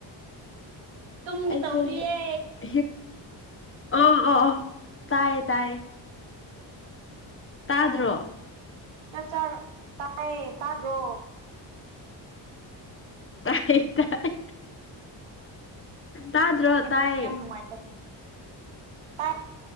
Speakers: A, on the right; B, on the left.
A: ꯇꯨꯝꯒꯦ
B: ꯑꯩꯁꯨ
A: ꯇꯧꯔꯤꯌꯦ
B: ꯍꯤꯞ ꯍꯤꯞ ꯑꯣ ꯑꯣ ꯑꯣ ꯇꯥꯏꯌꯦ ꯇꯥꯏꯌꯦ ꯇꯥꯗ꯭ꯔꯣ
A: ꯑꯣ ꯆꯥꯛ ꯆꯥꯔꯣ ꯇꯥꯏꯌꯦ ꯇꯥꯗ꯭ꯔꯣ
B: ꯇꯥꯏꯌꯦ ꯇꯥꯏ ꯇꯥꯗ꯭ꯔꯣ
A: ꯅꯦꯠꯋ꯭ꯔꯛꯁꯦ
B: ꯇꯥꯏꯌꯦ
A: ꯌꯥꯝ ꯅꯉꯥꯏꯇꯦ ꯇꯥꯏ